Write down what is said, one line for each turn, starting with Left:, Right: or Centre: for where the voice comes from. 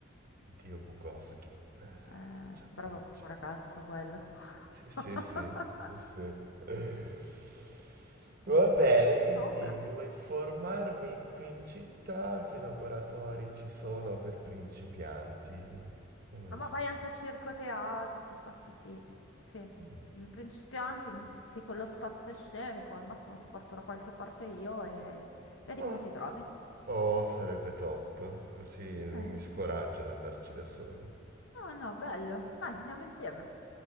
Right: Dio Bukowski. Eh,
Left: Eh,
Right: già,
Left: bravo
Right: eh, già.
Left: ragazzo quello.
Right: Sì, sì,
Left: <laughs>
Right: sì, sì, sì. <laughs> Va bene,
Left: Pensaci
Right: quindi
Left: sopra.
Right: devo informarmi qui in città che laboratori ci sono per principianti, come
Left: Ah, ma
Right: suggerito.
Left: vai anche a circo teatro, piuttosto sì. Sì,
Right: Mm.
Left: in principianti inizi con lo spazio scenico, al massimo ti porto da qualche parte io e... Vedi
Right: Mm.
Left: come ti trovi.
Right: Oh, sarebbe top, così non
Left: Eh,
Right: mi scoraggio ad andarci da solo.
Left: No, no, bello. Dai, andiamo insieme.